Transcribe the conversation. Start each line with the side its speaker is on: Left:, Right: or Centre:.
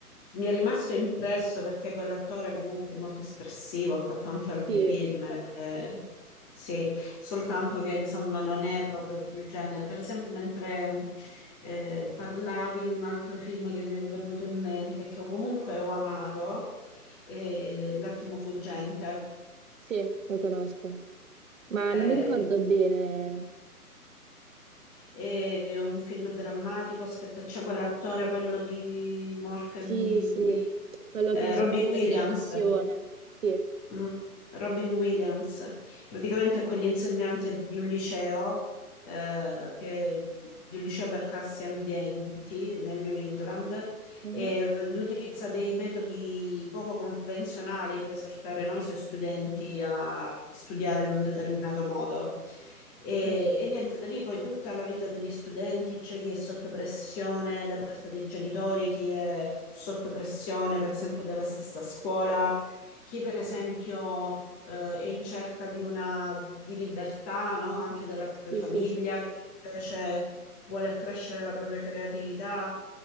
Left: mi è rimasto impresso perché quell'attore comunque è molto espressivo, ha fatto anche altri
Right: Sì,
Left: film, eh, sì, soltanto che insomma non è proprio il genere. Per esempio, mentre mh, eh, parlavi, un altro film che mi è venuto in mente, che comunque ho amato, è L'attimo fuggente.
Right: sì, lo conosco, ma
Left: Eh,
Right: non mi ricordo bene.
Left: e è un film drammatico. Aspetta, c'è quell'attore, quello di Mork e
Right: Sì,
Left: Mindy,
Right: sì, quello
Left: eh,
Right: che soffriva
Left: Robbie Williams.
Right: di depressione. Sì,
Left: Mm, Robin Williams, praticamente è quell'insegnante di un liceo, eh, che- di un liceo per classi ambienti nel New England
Right: Mhm.
Left: e utilizza dei metodi poco convenzionali per esortare noi suoi studenti a studiare in un determinato modo. E,
Right: Mm.
Left: e niente, da lì poi tutta la vita degli studenti, c'è chi è sotto pressione da parte dei genitori, chi è sotto pressione per esempio dalla stessa scuola chi per esempio eh, è in cerca di una di libertà, no? Anche della propria
Right: sì,
Left: famiglia,
Right: sì, sì,
Left: chi invece vuole accrescere la propria creatività.